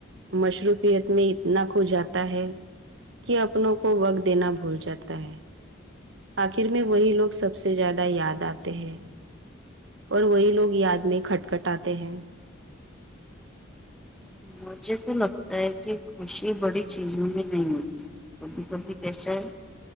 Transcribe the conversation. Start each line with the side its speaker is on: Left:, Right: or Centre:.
Right: مصروفیت میں اتنا کھو جاتا ہے کہ اپنوں کو وقت دینا بھول جاتا ہے آخر میں وہی لوگ سب سے زیادہ یاد آتے ہیں اور وہی لوگ یاد میں کھٹ کٹاتے ہیں
Centre: مجھے تو لگتا ہے کہ خوشی بڑی چیزوں میں نہیں ہوتی سبی سبی کیس ہے